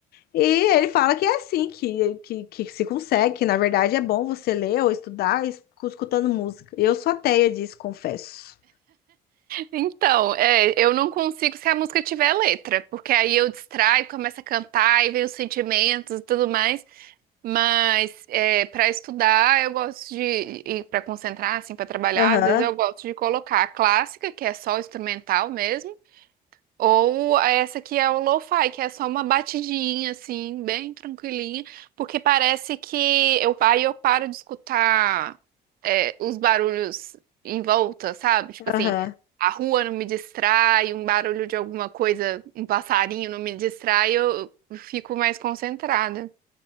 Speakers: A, on the left (about 65°); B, on the right (about 60°).
A: E ele fala que é assim que, que, que se consegue, que na verdade é bom você ler ou estudar es- escutando música. Eu sou ateia disso, confesso.
B: Então, é, eu não consigo se a música tiver letra, porque aí eu distraio, começo a cantar e vem os sentimentos e tudo mais. Mas é, para estudar, eu gosto de, e para concentrar, assim, para trabalhar,
A: Aham,
B: às vezes eu gosto de colocar a clássica, que é só instrumental mesmo. Ou essa que é o lo-fi, que é só uma batidinha, assim, bem tranquilinha, porque parece que eu, aí eu paro de escutar é, os barulhos em volta, sabe? Tipo
A: aham.
B: assim, a rua não me distrai, um barulho de alguma coisa, um passarinho não me distrai, eu eu fico mais concentrada.